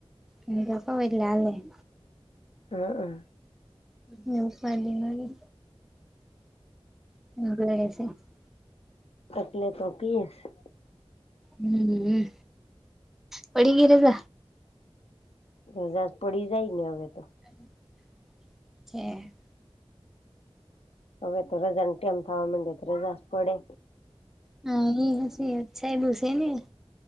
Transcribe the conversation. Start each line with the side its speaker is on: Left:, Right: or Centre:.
Centre: <unintelligible> એલ લે. <unintelligible>
Left: હમ હમ.
Centre: એવું ફાલી મારી. <inaudible>
Left: એટલે તો કહે છે.
Centre: હમ પડીંગીરલ.
Left: રજા પડી જાય ને હવે તો.
Centre: <unintelligible>
Left: હવે તો રજા ને કેમ થવા માંડે તો રજા પડે.
Centre: હા એ હ અચ્છા એ બુસે. <unintelligible>